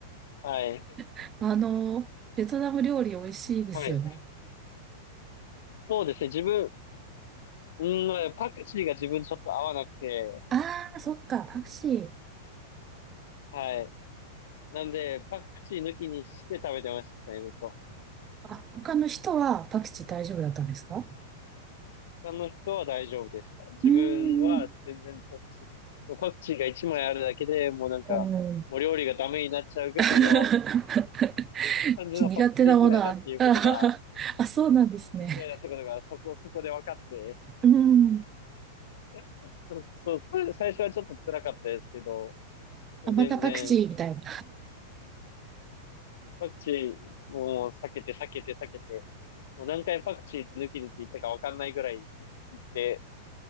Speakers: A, on the left; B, on the right.
A: はい。
B: <laughs> あの、ベトナム料理美味しいですよね。
A: はい。<laughs> そうですね。自分、うんまあ、パクチーが自分ちょっと合わなくて、
B: ああ、そっか、パクチー。
A: はい。なんで、パクチー抜きにして食べてましたね、ずっと。
B: あ、他の人はパクチー大丈夫だったんですか
A: 他の人は大丈夫でした。自分は全然パクチー、
B: うーん。
A: もうパクチーが一枚あるだけでもうなんか、
B: うん。
A: もう料理がダメになっちゃうぐらいの
B: <laughs>
A: 感じのパクチー嫌いだっていうことが、
B: 苦手なものは、あ、<laughs> あそうなんですね。
A: パクチー嫌いだってことがそこそこで分かって、
B: うん。
A: <laughs> そう、そう、それで最初はちょっと辛かったですけど、もう全然、
B: あ、またパクチーみたいな。
A: パクチーもう避けて避けて避けて、もう何回パクチー抜きでって言ったかわかんないぐらい言って、